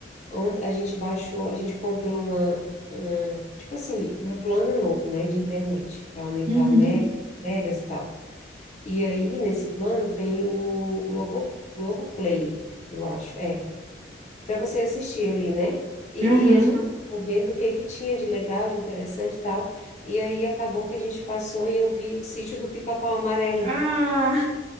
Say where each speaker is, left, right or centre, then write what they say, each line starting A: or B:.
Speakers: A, on the left (about 35°); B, on the right (about 35°).
A: ontem a gente baixou, a gente comprou uma, uma- tipo assim, um plano novo, né, de internet, para aumentar
B: Uhum.
A: o mega, megas e tal. E aí, nesse plano, vem o Globo, Globoplay, eu acho. É. para você assistir ali, né? E,
B: Aham.
A: e a gente ficou vendo o que que tinha de legal, de interessante e tal. E aí acabou que a gente passou e eu vi o sítio do Pica-Pau Amarelo.
B: Ah,